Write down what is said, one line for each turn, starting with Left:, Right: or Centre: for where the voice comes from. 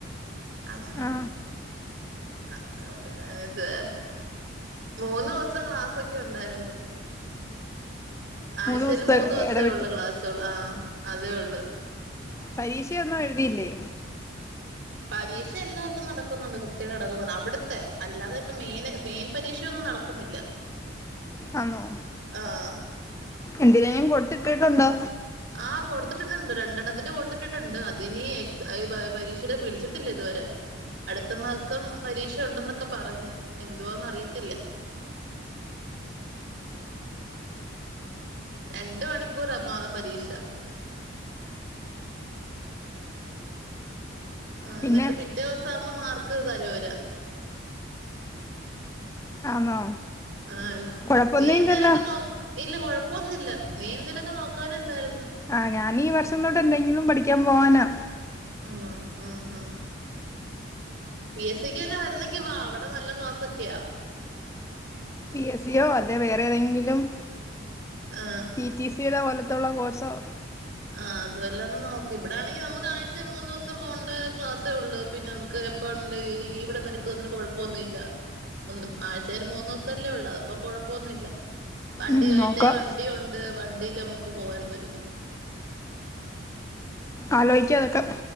Right: അതൊന്നും വേണ്ട
Left: ആ
Right: ആ പിന്നെ എന്ത് മൂന്ന് ദിവസം ക്ലാസ്സൊക്കെ ഉണ്ടായിരുന്നു ആഴ്ചയിൽ
Left: ദിവസത്തെ
Right: മൂന്ന് ദിവസേ
Left: ഇടവിട്ട്
Right: ഉള്ളൂ ക്ലാസ്സുകൾ അതേ ഉള്ളൂ
Left: പരീക്ഷയൊന്നും എഴുതിയില്ലേ
Right: പരീക്ഷ എല്ലാ ദേവസും നടക്കുന്നുണ്ട് കൃത്യയുടെ അടക്കം അവിടുത്തെ അല്ലാതെ ഇപ്പ മെയിന് മെയിൻ പരീക്ഷയൊന്നും നടക്കുന്നില്ല
Left: ആന്നോ
Right: ആഹ്
Left: എന്തിലേലും കൊടുത്തി ട്ടുണ്ടോ
Right: ആ കൊടുത്തിട്ടുണ്ടണ്ട് രണ്ടെണ്ണത്തിന്റെ കൊടുത്തിട്ടിട്ടുണ്ട് അതിനി പരീക്ഷയുടെ വിളിച്ചിട്ടില്ല ഇതുവരെ അടുത്ത മാസം പരീക്ഷ ഉണ്ടെന്നൊക്കെ പറഞ്ഞ് എന്തുവാന്ന് അറിയത്തില്ല രണ്ട് മണിക്കൂറാ പരീക്ഷ <inaudible> ആ
Left: പിന്നെ
Right: എന്നിട്ട് പിറ്റേ ദിവസം ആവുമ്പോ മാർ ക്ക് തരൂല
Left: ആന്നോ
Right: ആ
Left: കുഴപ്പമൊന്നും
Right: നീ എന്തേലൊക്കെ
Left: ഇല്ലല്ലോ
Right: നോ ഇല്ല കൊഴ ഇപ്പൊന്നില്ല നീ എന്തലൊക്കെ നോക്കാനെ എന്തായിരുന്നു
Left: ആ ഞാനീ വർഷം തൊട്ട് എന്തെങ്കിലും പഠിക് ക്കാമ്പോ വാനാ
Right: അ അ ആ പി എസ് സിക്ക് തന്നെ വരുന്നെങ്കി വാ അവിടെ നല്ല ക്ലാസ് ഒക്കെയാ
Left: പി എസ് സിയോ അല്ലെ വേറെ ഏതെങ്കിലും-
Right: ആഹ്
Left: റ്റി റ്റി സിയുടെ പോലെ- ത്തുള്ള കോഴ്സോ-
Right: ആ അത് വല്ലോം ഒന്ന് നോക്ക- ഇവിടൊണെങ്കി നമുക്ക് ആഴ്ച മൂന്ന് ദിവസം പോണ്ടേ ക്ലാസ്സേ ഉള്ളൂ പിന്നെ നമുക്ക് എപ്പ വേണെങ്കിലും ലീവ് എടുക്കാം അതിനു കൊഴപ്പമൊന്നുമ ഇല്ല ഒ ആഴ്ച ഒരു മൂന്ന് ദിവസം അല്ലേ ഉള്ളൂ അത്പ്പോ കൊഴപ്പമൊന്നുല്ല വണ്ടി
Left: ഉം, നോക്കാം
Right: എന്റെ വണ്ടിയ ഉണ്ട് വണ്ടി നമുക്ക് പോവാരുന്നു ഒരുമിച്ച്
Left: ആലോയിക്കാ അതൊക്കെ